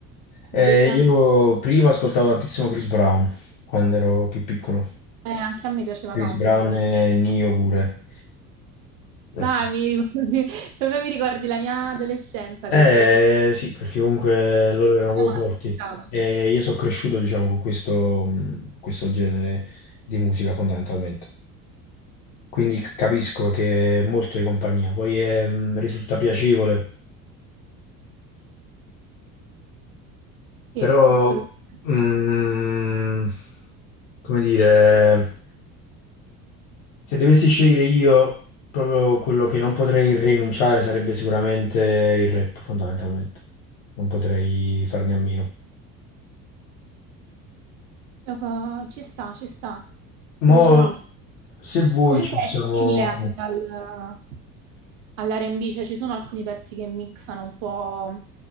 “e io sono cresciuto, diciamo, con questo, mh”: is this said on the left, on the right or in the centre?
Left